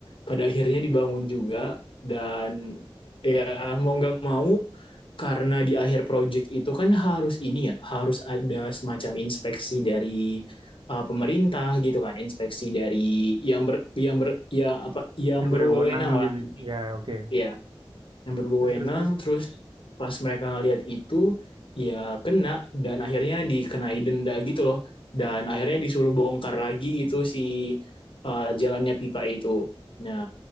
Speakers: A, on the left; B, on the right.
A: pada akhirnya dibangun juga dan ya mau nggak mau karena di akhir project itu kan harus ini ya harus ada semacam inspeksi dari uh, pemerintah gitu kan inspeksi dari yang ber yang ber ya apa yang
B: Yang
A: berwenang
B: berwenang
A: lah
B: gitu.
A: intinya
B: Ya oke.
A: ya yang berwenang
B: Terus terus terus.
A: terus pas mereka ngelihat itu ya kena dan akhirnya dikenai denda gitu loh dan akhirnya disuruh bongkar lagi gitu si uh, jalannya pipa itu nah